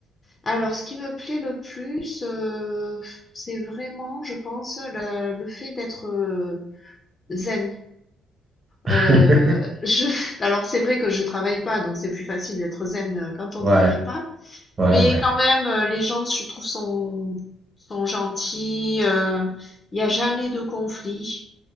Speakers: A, on the left; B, on the right.
A: Alors, ce qui me plaît le plus, euh, c'est vraiment, je pense, le, le fait d'être euh, zen.
B: <laughs>
A: Euh, je, <laughs> alors, c'est vrai que je travaille pas, donc c'est plus facile d'être zen euh, quand on
B: Ouais,
A: travaille pas.
B: ouais,
A: Mais
B: ouais.
A: quand
B: ouais.
A: même, euh, les gens, je trouve, sont, sont gentils. euh, Il n'y a jamais de conflit.